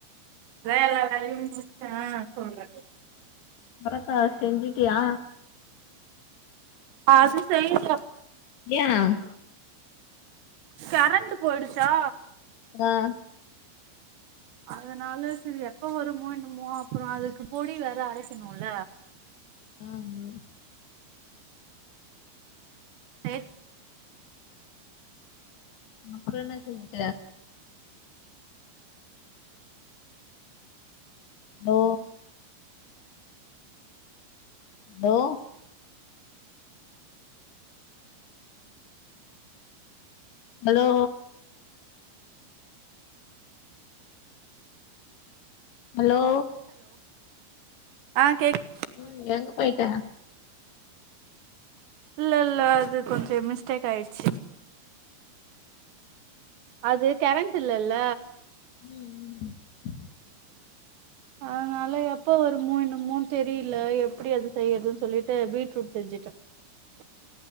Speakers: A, on the right (about 70°); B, on the left (about 70°).
A: எல்லா வேலையும் முடுச்சேன் சொல்றேன்
B: சுரக்கா செஞ்சுட்டியா
A: அது செய்யல
B: ஏன்
A: கரண்டு போயிடுச்சா
B: வா
A: அதனால செரி எப்ப வருமோ என்னமோ அப்புறம் அதுக்கு பொடி வேற அரைக்கணுல
B: ஆஹ் உஹ்
A: <unintelligible>
B: அப்புறம் என்ன செஞ்ச ஓ ஹலோ ஹலோ ஹலோ
A: ஆஹ் கேக்கு
B: உம் எங்க போயிட்ட
A: இல்ல இல்ல அது கொஞ்சம் மிஸ்டேக் ஆயிடுச்சு அது கரண்ட் இல்லல்ல
B: உம் உம்
A: அதனால எப்ப வருமோ என்னமோ தெரியல எப்படி அது செய்யறதுன்னு சொல்லிட்டு பீட்ரூட் செஞ்சு <unintelligible>